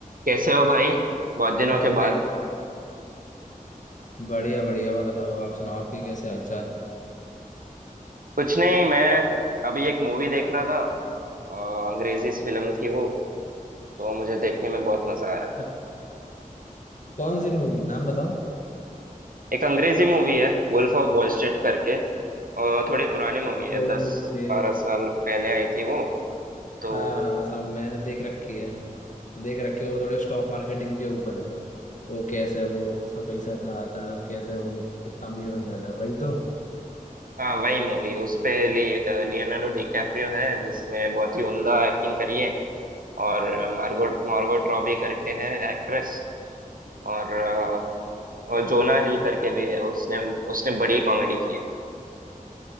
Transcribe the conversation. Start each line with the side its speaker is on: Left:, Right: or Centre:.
Right: कैसे हो भाई बहुत दिनों
Left: और
Right: के
Left: भाई
Right: बाद
Left: बढ़िया बढ़िया और बताओ आप सुनाओ आपके कैसे हालचाल
Right: कुछ नहीं मैं अभी एक मूवी देख रहा था अ, अंग्रेजी फिल्म थी वो तो मुझे देखने में बहुत मजा आ रहा है
Left: अ, कौन सी मूवी नाम बताओ
Right: एक अंग्रेजी मूवी है वुल्फ ऑफ वॉल स्ट्रीट करके और थोड़ी पुरानी मूवी है
Left: ओके
Right: दस बारह साल पहले आई थी वो तो
Left: हाँ हाँ सब मैंने देख रखी है देख रखी है वो थोड़े स्टॉक मार्केटिंग के ऊपर है वो कैसे वो उसमें पैसा लगाता है और कैसे वो कितना अमीर बन जाता है वही तो
Right: हाँ वही मूवी उस पे लि, लियोनार्डो डिकैप्रियो है जिसने बहुत ही उम्दा एक्टिंग करी है और मार्गोट मार्गोट रॉबी करके है एक्ट्रेस और अ, और जोना हिल करके भी है उसने उसने बड़ी कॉमेडी की है